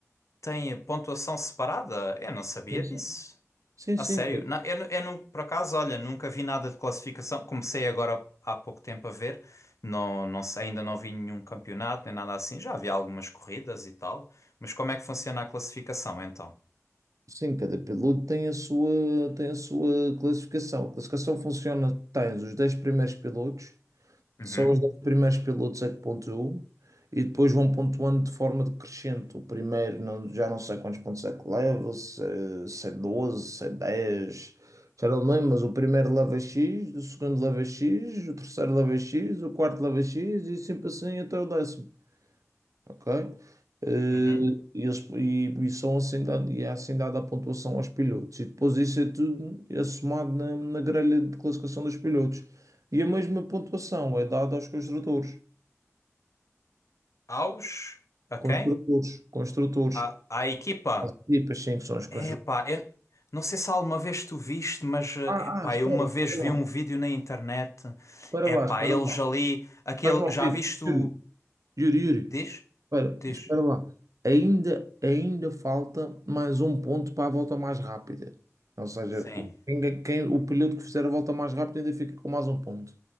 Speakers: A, on the left (about 70°); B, on the right (about 80°).
A: tem pontuação separada? Eu não sabia
B: Sim, sim.
A: disso.
B: Sim,
A: A
B: sim,
A: sério?
B: ca-
A: Não, eu, nu- eu não, por acaso, olha, nunca vi nada de classificação. Comecei agora há pouco tempo a ver. Não, não sei, ainda não vi nenhum campeonato nem nada assim. Já vi algumas corridas e tal. Mas como é que funciona a classificação então?
B: sim, cada piloto tem a sua, tem a sua classificação. A classificação funciona, tens os 10 primeiros pilotos
A: Uhum,
B: São os 10 primeiros pilotos é que pontuam e depois vão pontuando de forma decrescente. O primeiro não- já não sei quantos pontos é que leva, se, se é 12, se é 10, já não me lembro, mas o primeiro leva X, o segundo leva X, o terceiro leva X, o quarto leva X e sempre assim até o décimo ok? Eh,
A: uhum.
B: e, eles, e, e são assim dado, e é assim dada a pontuação aos pilotos. E depois isso é tudo é somado na, na grelha de classificação dos pilotos. E a mesma pontuação é dada aos construtores.
A: Aos? A quem?
B: Construtores, construtores.
A: A, à equipa?
B: As equipas sim que são os
A: É
B: construtores.
A: pá, eu não sei se alguma vez tu viste, mas é
B: Ah,
A: pá,
B: ah, espera,
A: eu uma
B: espera
A: vez vi
B: lá.
A: um vídeo na internet.
B: Espera
A: É
B: lá,
A: pá,
B: espera
A: eles
B: lá.
A: ali, aquele,
B: Faz-me ouvir.
A: já viste o.
B: Yuri, Yuri, Yuri.
A: Diz?
B: Espera,
A: Diz.
B: espera lá. Ainda, ainda falta mais um ponto para a volta mais rápida. Ou seja,
A: Sim.
B: o- quem, quem- o piloto que fizer a volta mais rápida ainda fica com mais um ponto.